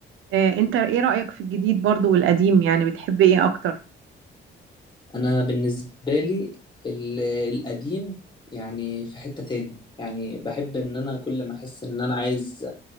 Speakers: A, on the right; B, on the left.
A: آه، أنت ايه رأيك في الجديد برضو والقديم يعني بتحب ايه أكتر؟
B: انا بالنسبة لي ال- القديم يعني في حتة تاني يعني بحب ان انا كل ما احس ان انا عايز